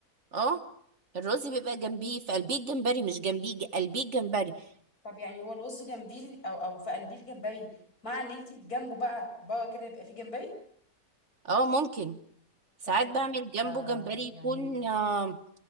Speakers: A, on the right; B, on the left.
A: اه الرز بيبقى جنبيه في قلبيه الجمبري مش جنبيه ج- قلبيه الجمبري
B: طب يعني هو الرز جنبيه ال- او او في قلبيه الجمبري مع ان انت جنبه بقى بره كده يبقى فيه جمبري
A: اه ممكن ساعات
B: طب
A: بعمل جنبه
B: ده
A: جمبري
B: يعني
A: يكون آه